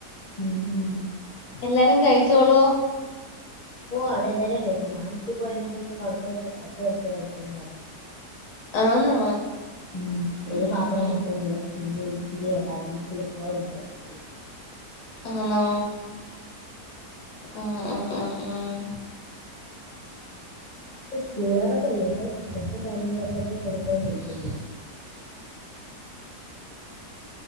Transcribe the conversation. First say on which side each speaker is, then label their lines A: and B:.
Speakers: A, on the left (about 45°); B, on the left (about 75°).
A: ഉം ഉം
B: എല്ലാരും കഴിച്ചോളൂ
A: ഓ അവിടെ എല്ലാരും കഴിച്ചു ഞാൻ വിട്ടി പോയിരുന്നപ്പഴത്തേക്ക് അവിടുത്തെ അച്ഛൻ എടുത്ത് കഴിച്ചന്ന് പറഞ്ഞു
B: ആന്നോ
A: ഉം ഒരു
B: ഉം
A: പാത്രം മൊത്തം തി പിന്നെ ഒച്ചിരിയേ ഉള്ള് അതിനി കിളിപ്പോ എന്തോ അറിയില്ല.
B: ആണോ ഉം ഉം ഉം ഉം
A: ഇപ്പം സ്കൂൾ തുറപ്പല്ലേ ഇപ്പൊ ഫിറ്റ്നസും കാര്യങ്ങളൊക്കെ ഇപ്പൊ കൊടുത്തോണ്ടിരിക്കുന്നേ